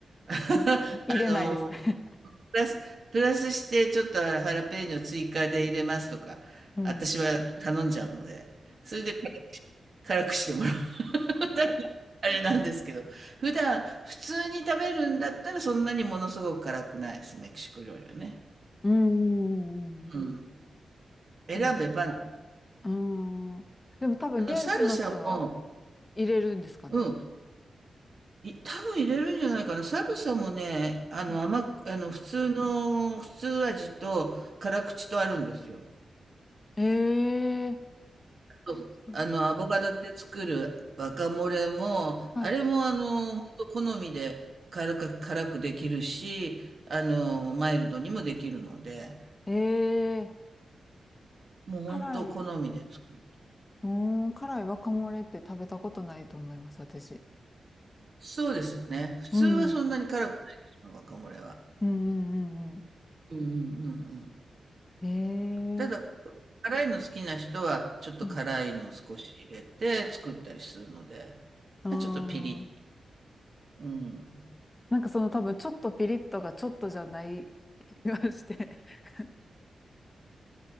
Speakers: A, on the right (about 50°); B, on the left (about 20°).
A: <laughs> あのー
B: うん、入れないです。<laughs>
A: プラス、プラスして、ちょっとハラペーニョ追加で入れますとか。
B: うん。
A: 私は頼んじゃうので。それで辛く辛くしても <laughs> だからあれなんですけど、普段普通に食べるんだったらそんなにものすごく辛くないです、メキシコ料理はね。
B: うん、<laughs> うんうん
A: うん。選べば、
B: そうですね。
A: あ
B: うん。でも多分現地の人は
A: の、サルサも、
B: 入れるんですかね。
A: うん、い多分入れるんじゃないかな。サルサもね、あの、
B: うん
A: 甘く、あの、普通の、普通味と辛口とあるんですよ。
B: ええ
A: とあの、
B: 普通
A: アボカドで作るワカモレも、
B: はい。
A: あれもあの、ほんと好みで辛く、辛くできるし、あの、マイルドにもできるので、
B: ええ
A: もう本当好みで作る。
B: 辛い。うーん、辛い若漏れって食べたことないと思います、私。
A: そうですよね。普通はそんなに辛くないですもん、
B: うん。
A: g は。
B: うんうんうんうん。
A: うんうんうんうん。
B: へえ。
A: ただ、辛いの好きな人は、ちょっと辛いのを少し入れて作ったりするので、
B: うん。ああ。
A: まあ、ちょっとピリッ、うん。
B: なんかその多分ちょっとピリッとがちょっとじゃない気がして。<laughs>